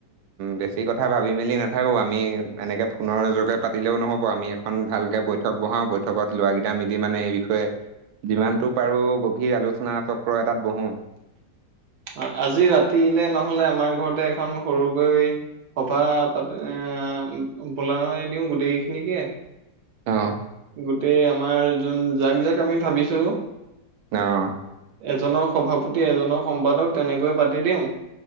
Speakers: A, on the right; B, on the right.
A: বেছি কথা ভাবি মেলি নাথাকোঁ আমি এনেকৈ ফোনৰ যোগে পাতিলেও নহ'ব আমি আকৌ- এখন ভালকে বৈঠক বহাও বৈঠকত লৰা কেইটা মিলি মানে এই বিষয়ে- যিমানতটো পাৰো গভীৰ আলোচনা চক্ৰ এটাত বহোঁ।
B: অ আজি ৰাতিলে নহলে আমাৰ ঘৰতে এখন সৰু কৈ- সভা পাতি বোলাই দিওঁ গোটেই খিনিকে-
A: অঁ।
B: গোটেই আমাৰ যোন যাক জাক আমি ভাবিছো।
A: অঁ।
B: এজনৰ সভাপতি এজনৰ সম্পাদক তেনেকৈ পাতি দিওঁ-